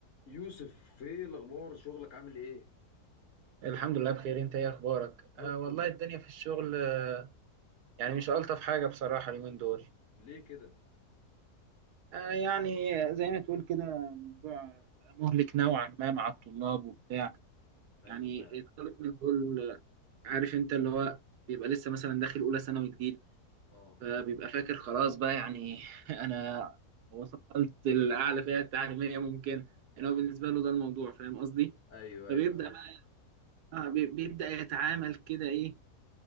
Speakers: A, on the left; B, on the right.
A: يوسف ايه الاخبار شغلك عامل ايه
B: الحمد لله بخير انت ايه اخبارك
A: زي
B: آه
A: الفل
B: والله الدنيا في الشغل آه يعني مش الطف حاجه بصراحه اليومين دول
A: ليه كده
B: آه يعني زي ما تقول كده الموضوع بقى مهلك نوعا ما مع الطلاب وبتاع
A: ايوه
B: يعني
A: فعلا
B: الطالب من دول آه، عارف انت اللي هو بيبقى لسه مثلا داخل اولى ثانوي جديد
A: اه
B: فبيبقى فاكر خلاص بقى يعني <laughs> انا وصلت الاعلى فئه التعليميه ممكن يعني هو بالنسبه له ده الموضوع فاهم قصدي
A: ايوه
B: فبيبدا
A: ايوه ايوه
B: بقى بي- بيبدا يتعامل كده ايه